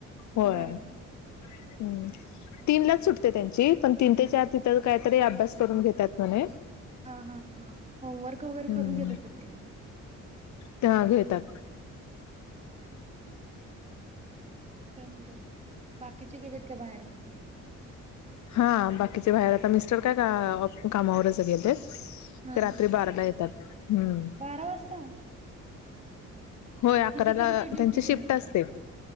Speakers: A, on the left (about 70°); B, on the right (about 20°).
A: होय
B: बर हा
A: हम्म
B: हा
A: तीनलाच सुटतय त्यांची पण तीन ते चार तिथ काही तरी अभ्यास करून घेतात म्हणे
B: हा -हा -हा होमवर्क वगैरे
A: हम्म
B: करून घेतात का? <unintelligible>
A: त्या घेतात
B: हा-हा.. अजून काय म्हणतात बाकीचे गेलेत का बाहेर कुठे?
A: हा बाकीचे बाहेर आता मिस्टर काय अ-ऑ-कामावरच गेलेत
B: हा
A: ते रात्री बाराला येतात हम्म..
B: बारा वाजता?
A: होय, अकराला
B: किती ते किती ड्युटी
A: त्यांची शिफ्ट
B: त्यांना?
A: असते